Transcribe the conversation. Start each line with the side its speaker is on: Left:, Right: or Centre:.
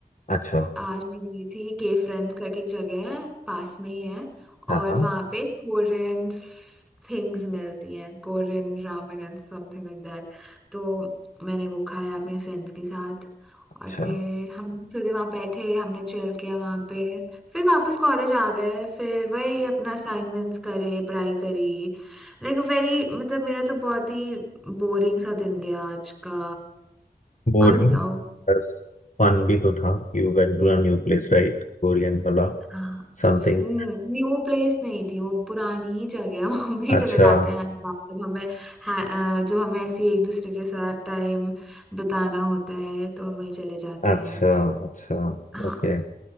Left: अच्छा
Centre: आज मैं गई थी के फ्रेंड्स करके एक जगह है पास में ही है और
Left: हाँ हाँ
Centre: वहाँ पे कोरियन थिंग्स मिलती हैं Korean ramen and something like that तो मैंने वो खाया अपने फ्रेंड्स के साथ
Left: अच्छा
Centre: और फिर हम सीधे वहाँ बैठे हमने चिल किया वहाँ पे फिर वापस कॉलेज आ गए फिर वही अपना असाइनमेंट्स करे पढ़ाई करी लाइक वेरी मतलब मेरा तो बहुत ही बोरिंग सा दिन गया आज का
Left: Boring
Centre: और बताओ
Left: बस फन भी तो था You went to a new place right Korean वाला
Centre: हाँ
Left: समथिंग
Centre: हम्म, न्यू प्लेस नहीं थी वो पुरानी ही जगह है <laughs> वहां भी
Left: अच्छा
Centre: चले जाते हैं हर बार जब हमें है, अ, जब हमें ऐसे ही एक दूसरे के साथ टाइम बिताना होता है तो हम वहीं चले जाते
Left: अच्छा
Centre: हैं
Left: अच्छा
Centre: हाँ
Left: ओके